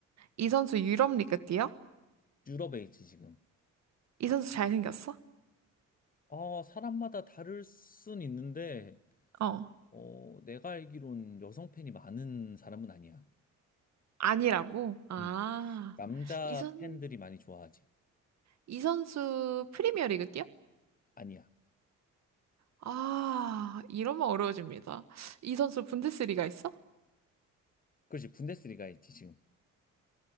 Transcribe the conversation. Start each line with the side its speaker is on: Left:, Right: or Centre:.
Right: 이 선수 유럽 리그 뛰어?
Left: 유럽에 있지, 지금.
Right: 이 선수 잘생겼어?
Left: 아, 사람마다 다를 순 있는데,
Right: 어.
Left: 어, 내가 알기론 여성 팬이 많은 사람은 아니야.
Right: 아니라고? 아,
Left: 응. 남자
Right: 이 선,
Left: 팬들이 많이 좋아하지.
Right: 이 선수 프리미어리그 뛰어?
Left: 아니야.
Right: 아, 이러면 어려워집니다. 이 선수 분데스리가 있어?
Left: 그렇지, 분데스리가 있지, 지금.